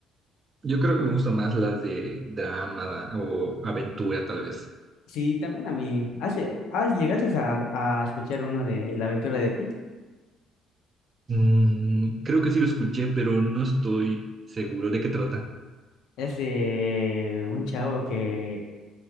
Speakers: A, on the right; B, on the left.
A: Yo creo que me gustan más las de drama o aventura, tal vez.
B: Sí, también a mí. ¿Has, lle- has- llegaste a, a escuchar uno de La aventura de Pi?
A: Mm, creo que sí lo escuché, pero no estoy seguro de qué trata.
B: Es de un chavo que